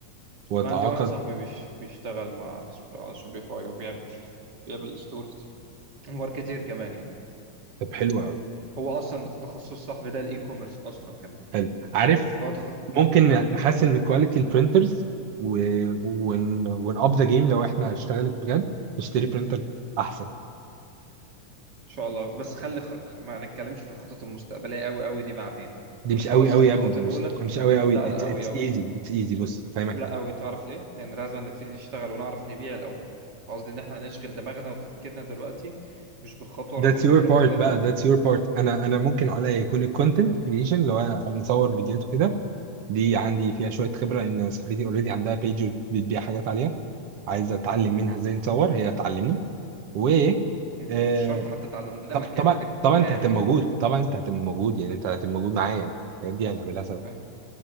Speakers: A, on the right (about 55°); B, on the right (about 35°).
A: واتعاقد
B: أنا عندي واحد صاحبي بيش... بيشتغل مع على شوبيفاي وبيعمل بيعمل ستورز ماركتير كمان يعني
A: طب حلو قوي
B: هو اصلا تخصص صاحبي ده الاي كوميرس اصلا كمان
A: حلو عارف
B: فهو تخ...
A: ممكن
B: مم.
A: نحسن من كواليتي البرنترز و... ون ون اب ذا جيم لو احنا اشتغلت بجد نشتري برنتر احسن
B: ان شاء الله بس خلي خ... خ- ما نتكلمش في الخطط المستقبليه قوي قوي دي بعدين
A: دي
B: نخلص
A: مش قوي قوي
B: الخطوات
A: يا ابني مش
B: الاولى
A: مش قوي قوي
B: لا
A: اتس
B: قوي قوي
A: ايزي اتس ايزي بص هفهمك
B: لا
A: حاجه
B: قوي تعرف ليه لان لازم نبتدي نشتغل ونعرف نبيع الاول فقصدي ان احنا نشغل دماغنا وتفكيرنا دلوقتي مش بالخطوه رقم
A: that's
B: اتنين
A: your part
B: وتلاته
A: بقى that's your part انا انا ممكن عليا يكون الكونتنت كريشن اللي هو نصور فيديوهات وكده دي عندي فيها شويه خبره ان صاحبتي اوريدي عندها بيج بتبيع حاجات عليها عايزه اتعلم منها
B: مم.
A: ازاي نصور هي هتعلمني و
B: مش
A: آه،
B: شرط حتى تعلمك
A: طب طبعا
B: هي ممكن
A: طبعا
B: تعمل
A: انت هتبقى موجود
B: ده
A: طبعا انت هتبقى موجود يعني انت هتبقى موجود معايا الحاجات دي هنعملها سوا
B: فاهم